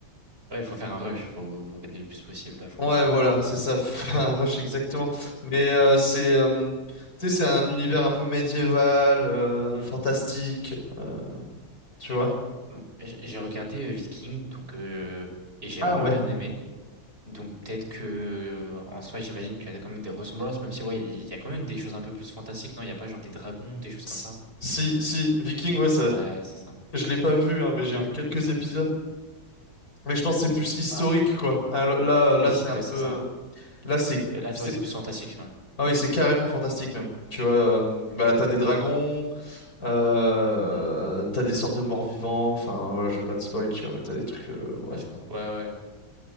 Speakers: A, on the right; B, on the left.
A: ouais, faut faire un rush, faut, faut regarder le plus possible là, je crois.
B: Ouais, voilà, c'est ça, <laughs> un rush exactement. Mais euh, c'est, euh, tu sais, c'est un univers un peu médiéval, euh,
A: Hmm.
B: fantastique, euh, tu vois.
A: Bah, hmm, j'ai j'ai regardé euh, Viking, donc euh, et j'ai
B: Ah
A: vraiment
B: ouais.
A: bien aimé. Donc peut-être que euh, en soi, j'imagine qu'il y a quand même des ressemblances, même si ouais, il y a quand même des choses un peu plus fantastiques, non? Il n'y a pas genre des dragons, des choses
B: S-
A: comme ça?
B: Si, si, Viking, ouais, ça,
A: Ouais, c'est ça.
B: je l'ai pas vu, hein, mais j'ai
A: Non,
B: vu quelques
A: hmm,
B: épisodes. Mais je pense que c'est plus historique,
A: pas fr-
B: quoi. Alors, là,
A: Oui,
B: là, c'est un
A: ouais,
B: peu,
A: c'est
B: euh,
A: ça.
B: là, c'est,
A: Euh, Là,
B: c'est-
A: c'est ouais, c'est plus fantastique. Ouais,
B: ah oui, c'est carrément fantastique même. Tu vois, euh, bah, t'as des dragons, euh,
A: ouais,
B: t'as des sortes de morts-vivants. Enfin, voilà, je vais pas te spoil, tu vois, mais t'as des trucs, euh, ouais.
A: Ouais, je comprends. Ouais, ouais.